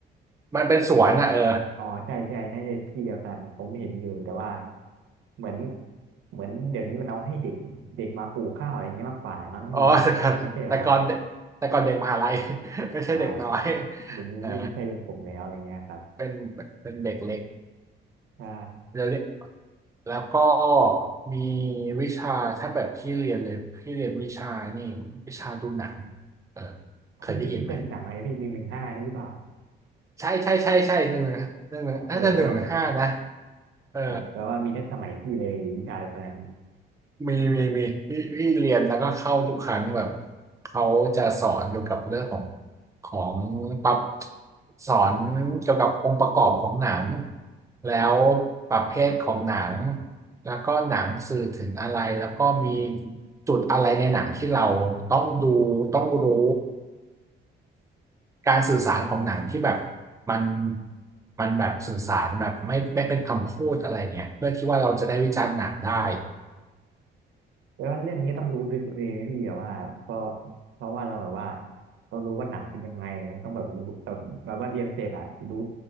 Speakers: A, on the right; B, on the right.
A: มันเป็นสวนนะเออ
B: อ๋อใช่ใช่น่าจะที่เดียวกัน ผมเห็นอยู่แต่ว่าเหมือนเหมือนเดี๋ยวนี้มันเอาให้เด็กเด็กมาปลูกข้าวอย่างเงี้ยมากกว่ามั้งพี่มันมันไม่ใช่แบบว่า
A: อ๋อแต่ก่อนแต่ก่อนเด็กแต่ก่อนเด็กมหาลัย <laughs> ไม่ใช่เด็กน้อย
B: ใช่เดี๋ยวนี้ไม่ใช่เรื่องผมแล้วอะไรเงี้ยครับ
A: เอ่าเป็นเป็นเด็กเล็ก
B: ใช่
A: เดี๋ยวนี้ แล้วก็มีวิชาถ้าแบบพี่เรียนเลยพี่เรียนวิชานี่วิชาดูหนังเออเคยได้ยินไหม
B: พี่พี่จะดูหนังอะไรพี่หนึ่งหนึ่งห้าใช่หรือเปล่า
A: ใช่ใช่ใช่ใช่หนึ่งหนึ่งหนึ่งหนึ่งน่าจะหนึ่งหนึ่งห้านะ
B: โอ้โหแล้วแ
A: เออ
B: โอ้โหแปลว่ามีตั้งสมัยพี่เลยวิชาตอนนั้น
A: มีมีมีพี่พี่เรียนแล้วก็เข้าทุกครั้งแบบเขาจะสอนเกี่ยวกับเรื่องของของปรับสอนเกี่ยวกับองค์ประกอบของหนังแล้วประเภทของหนังแล้วก็หนังสื่อถึงอะไรแล้วก็มีจุดอะไรในหนังที่เราต้องดูต้องรู้การสื่อสารของหนังที่แบบมันมันแบบสื่อสารแบบไม่ไม่เป็นคำพูดอะไรเงี้ยเพื่อที่ว่าเราจะได้วิจารณ์หนังได้
B: แล้วเรื่องนี้ก็ต้องรู้ลึกเลยนะพี่อะว่าเพราะเพราะว่าเราแบบว่าต้องรู้ว่าหนังเป็นยังไงนะต้องแบบรู้แบบแบบว่าเรียนเสร็จอะรู้